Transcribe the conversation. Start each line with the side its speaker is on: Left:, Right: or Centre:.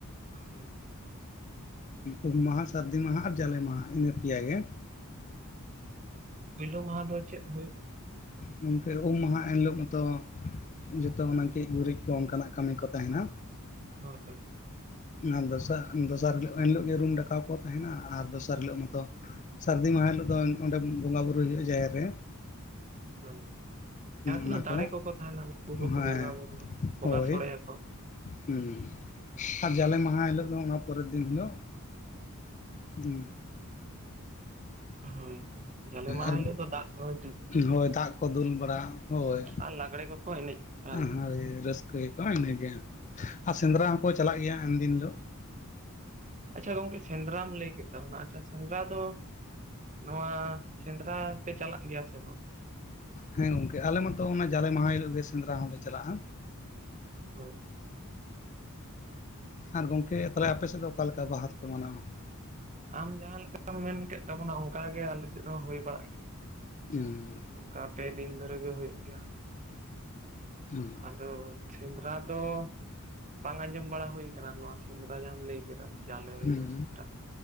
Right: ᱦᱳᱭ,
Left: ᱩᱢ ᱢᱟᱦᱟ ᱥᱟᱹᱨᱫᱤ ᱢᱟᱦᱟ ᱟᱨ ᱡᱟᱞᱮ ᱢᱟᱦᱟ ᱤᱱᱟᱹ ᱯᱮᱭᱟ ᱜᱮ,
Right: ᱯᱩᱭᱞᱳ ᱢᱟᱦᱟ ᱫᱚ ᱪᱮᱫ ᱦᱩᱭᱩᱜ ᱚᱱᱠᱟ?
Left: ᱩᱸ ᱚᱱᱛᱮ ᱩᱢ ᱢᱟᱦᱟ ᱮᱱᱦᱤᱞᱳᱜ ᱢᱟᱛᱚ᱾ ᱡᱚᱛᱚ ᱚᱱᱟ ᱜᱮᱡ ᱜᱩᱨᱤᱡ ᱠᱚ ᱚᱱᱠᱟᱱᱟᱜ ᱠᱟᱹᱢᱤ ᱠᱚ ᱛᱟᱦᱮᱸᱱᱟ᱾
Right: ᱦᱳᱭ
Left: ᱟᱨ ᱫᱚᱥᱟ ᱫᱚᱥᱟᱨ ᱦᱤᱞᱳᱜ ᱮᱱᱦᱤᱞᱳᱜ ᱜᱮ ᱨᱩᱢ ᱴᱟᱠᱟᱣ ᱠᱚ ᱛᱟᱦᱮᱱᱟ ᱟᱨ ᱫᱚᱥᱟᱨ ᱦᱤᱞᱳᱜ ᱢᱟᱚᱛᱚ᱾ ᱥᱟᱹᱨᱫᱤ ᱢᱟᱦᱟ ᱦᱤᱞᱳᱜ ᱫᱚ ᱚᱸᱰᱮ ᱵᱚᱸᱜᱟ ᱵᱩᱨᱩᱳ ᱦᱩᱭᱩᱜᱼᱟ ᱡᱟᱦᱮᱨ ᱨᱮ᱾
Right: ᱦᱳᱭ ᱡᱟᱦᱟᱸ ᱛᱤᱱᱟᱹᱜ
Left: ᱚᱱᱟ
Right: ᱫᱟᱲᱮ
Left: ᱠᱚ
Right: ᱠᱚᱠᱚ ᱛᱟᱦᱮᱹᱱᱟ ᱩᱱᱠᱩ
Left: ᱦᱮᱸ
Right: ᱠᱚᱠᱚ ᱵᱚᱸᱜᱟ ᱵᱩᱨᱩ ᱵᱚᱸᱜᱟ
Left: ᱦᱳᱭ
Right: ᱥᱳᱲᱮ ᱭᱟᱠᱚ,
Left: ᱦᱩᱸ ᱟᱨ ᱡᱟᱞᱮ ᱢᱟᱦᱟ ᱦᱤᱞᱳᱜ ᱫᱚ ᱚᱱᱟ ᱯᱚᱨᱮᱨ ᱫᱤᱱ ᱦᱤᱞᱳᱜ, ᱦᱩᱸ
Right: ᱦᱳᱭ ᱡᱟᱞᱮ ᱢᱟᱦᱟ
Left: ᱟᱨ
Right: ᱦᱤᱞᱳᱜ ᱫᱚ ᱫᱟᱜ ᱠᱚ ᱦᱤᱫᱩᱜ
Left: ᱦᱳᱭ ᱫᱟᱜ ᱠᱚ ᱫᱩᱞ ᱵᱟᱲᱟ ᱦᱳᱭ
Right: ᱟᱨ ᱞᱟᱜᱽᱲᱮ ᱠᱚᱠᱚ ᱮᱱᱮᱡ ᱟᱸᱡᱚᱢᱚᱜ
Left: ᱦᱳᱭ ᱨᱟᱹᱥᱠᱟᱹ ᱭᱟᱠᱚ ᱤᱱᱟᱹᱜᱮ, ᱟᱨ
Right: ᱦᱳᱭ
Left: ᱥᱮᱸᱫᱽᱨᱟ ᱦᱚᱸᱠᱚ ᱪᱟᱞᱟᱜ ᱜᱮᱭᱟ ᱮᱱᱫᱤᱱ ᱫᱚ᱾
Right: ᱟᱪᱪᱷᱟ ᱜᱚᱢᱠᱮ ᱥᱮᱸᱫᱽᱨᱟᱢ ᱞᱟᱹᱭ ᱠᱮᱫ ᱛᱟᱵᱚᱱᱟ ᱟᱪᱪᱷᱟ ᱥᱮᱸᱫᱽᱨᱟ ᱫᱚ᱾ ᱱᱚᱣᱟ ᱥᱮᱸᱫᱽᱨᱟ ᱯᱮ ᱪᱟᱞᱟᱜ ᱜᱮᱭᱟ ᱥᱮ ᱵᱟᱝ,
Left: ᱦᱮᱸ ᱜᱚᱝᱠᱮ ᱟᱞᱮ ᱢᱟᱛᱚ ᱚᱱᱟ ᱡᱟᱞᱮ ᱢᱟᱦᱟ ᱦᱤᱞᱳᱜ ᱜᱮ ᱥᱮᱸᱫᱽᱨᱟ ᱦᱚᱸᱞᱮ ᱪᱟᱞᱟᱜᱼᱟ,
Right: ᱦᱳᱭ,
Left: ᱟᱨ ᱜᱚᱝᱠᱮ ᱛᱟᱦᱚᱞᱮ ᱟᱯᱮ ᱥᱮᱫ ᱫᱚ ᱚᱠᱟᱞᱮᱠᱟ ᱵᱟᱦᱟ ᱫᱚᱯᱮ ᱢᱟᱱᱟᱣᱟ,
Right: ᱟᱢ ᱡᱟᱦᱟᱸ ᱞᱮᱠᱟᱢ ᱢᱮᱱ ᱠᱮᱫ ᱛᱟᱵᱚᱱᱟ ᱚᱱᱠᱟᱜ ᱜᱮ ᱟᱞᱮ ᱥᱮᱫ ᱦᱚᱸ ᱦᱩᱭ ᱵᱟᱲᱟᱜ ᱜᱮᱭᱟ,
Left: ᱩᱸᱻ
Right: ᱚᱱᱠᱟ ᱯᱮ ᱫᱤᱱ ᱫᱷᱚᱨ ᱜᱮ ᱦᱩᱭ ᱜᱮᱭᱟ,
Left: ᱦᱩᱸ
Right: ᱟᱫᱚ ᱥᱮᱸᱫᱽᱨᱟ ᱫᱚ ᱵᱟᱝ ᱟᱸᱡᱚᱢ ᱵᱟᱲᱟ ᱦᱩᱭ ᱠᱟᱱᱟ ᱱᱚᱣᱟ ᱥᱮᱸᱫᱽᱨᱟ ᱡᱟᱸᱦᱟᱢ ᱞᱟᱹᱭ ᱠᱮᱫᱟ, ᱡᱟᱞᱮ
Left: ᱦᱩᱸ
Right: ᱦᱤᱞᱳᱜ ᱥᱮᱸᱫᱽᱨᱟ᱾